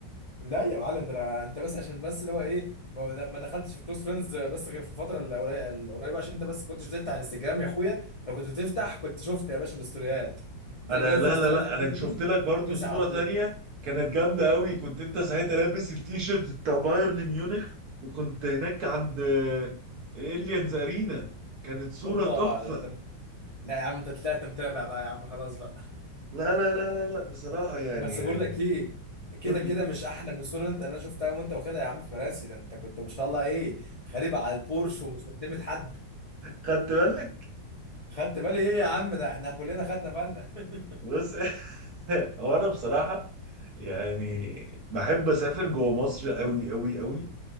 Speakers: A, on the left (about 50°); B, on the right (about 60°).
A: لا يا معلم ده أنا- انت بس عشان بس اللي هو ايه ما ما دخلتش في كلوز فريندز بس غير في الفتره القري- القريبه عشان انت بس كنتش بتفتح انستجرام يا اخويا لو كنت بتفتح كنت شفت يا باشا الاستوريات ده
B: انا
A: انا بنزل
B: لا
A: استوريات
B: لا لا
A: الكلوز
B: انا شفت
A: فريندز
B: لك برضو
A: بتنسى
B: صورة
A: على طول
B: تانية كانت جامدة قوي كنت انت ساعتها لابس التيشيرت بتاع بايرن ميونخ وكنت هناك عند اليانز ارينا كانت صورة
A: هوبا
B: تحفة
A: ده انت لا يا عم انت طلعت متابع بقى يا عم خلاص بقى
B: لا لا لا لا لا بصراحة يعني
A: بس
B: يعني
A: بقول لك ايه كده
B: قول
A: كده
B: لي
A: مش احلى من الصوره اللي انت اللي انا شفتها وانت واخدها يا عم في مراسي ده انت كنت ما شاء الله ايه غريب على البورش ومش معتمد حد
B: خدت بالك
A: خدت بالي ايه يا عم ده احنا كلنا خدنا بالنا <laughs>
B: بس <laughs> هو انا بصراحة يعني بحب اسافر جوه مصر قوي قوي قوي